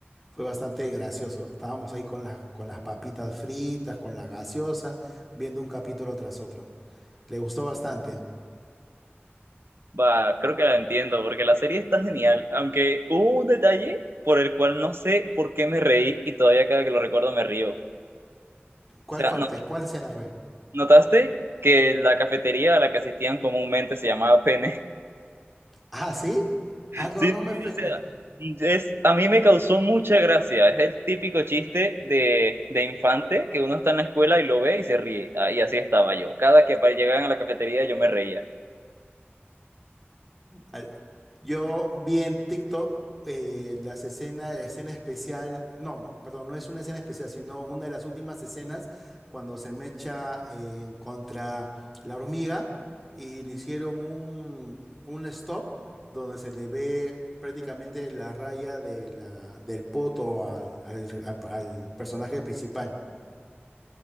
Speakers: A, in the centre; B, on the right.
A: Fue bastante gracioso. Estábamos ahí con las, con las papitas fritas, con la gaseosa, viendo un capítulo tras otro. Le gustó bastante.
B: Va, creo que la entiendo, porque la serie está genial, aunque hubo un detalle por el cual no sé por qué me reí y todavía cada que lo recuerdo me río. O
A: ¿Cuál
B: sea,
A: parte?
B: ¿no-
A: ¿Cuál escena fue?
B: ¿notaste que la cafetería a la que asistían comúnmente se llamaba Pene?
A: Ah, ¿sí?
B: <laughs>
A: Ah, no,
B: Sí,
A: no
B: sí,
A: me... fe-
B: o sea,
A: no.
B: es, a mí me causó mucha gracia. Es el típico chiste de, de infante que uno está en la escuela y lo ve y se ríe. Ah, y así estaba yo. Cada que pa- llegaban a la cafetería yo me reía.
A: Al- Yo vi en TikTok eh, las escenas, la escena especial, no, perdón, no es una escena especial, sino una de las últimas escenas cuando se mecha eh, contra la hormiga y le hicieron un, un stop donde se le ve prácticamente la raya de la, del poto al, al, al al personaje principal.